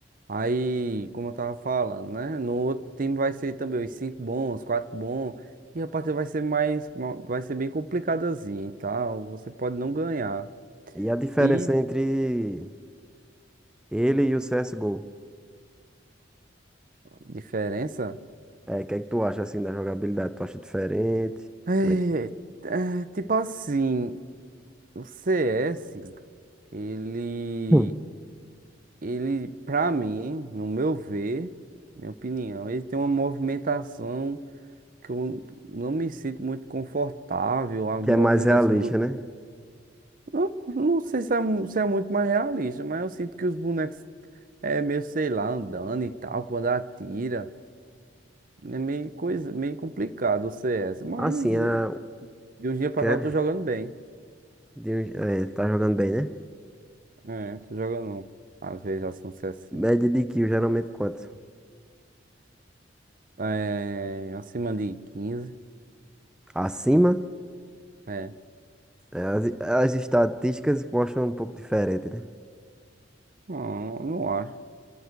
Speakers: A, on the right; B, in the centre.
A: aí, como eu tava falando, né? No outro time vai ser também os cinco bons, quatro bons. E a partida vai ser mais. ma- Vai ser bem complicadazinha e tal. Você pode não ganhar.
B: E a diferença
A: E
B: entre ele e o CSGO.
A: diferença?
B: É, o que é que tu acha assim da jogabilidade? Tu acha diferente?
A: É,
B: Como é que.
A: é, tipo assim, o CS, ele.
B: Hum.
A: ele, pra mim, no meu ver, minha opinião, ele tem uma movimentação que eu não me sinto muito confortável. A movimentação
B: Que é mais realista,
A: do.
B: né?
A: Não, não sei se é, mu- se é muito mais realista, mas eu sinto que os bonecos é meio, sei lá, andando e tal, quando atira. É meio coisa, meio complicado o CS, mas
B: Assim, a...
A: eh, de um dia pra
B: quer
A: cá eu tô jogando bem.
B: de... um- é, tá jogando bem, né?
A: É, tô jogando, às vezes, ação CS, sim.
B: Média de kill, geralmente quanto?
A: É, acima de 15.
B: Acima?
A: É,
B: É, as... as estatísticas mostram um pouco diferente, né?
A: não, não acho.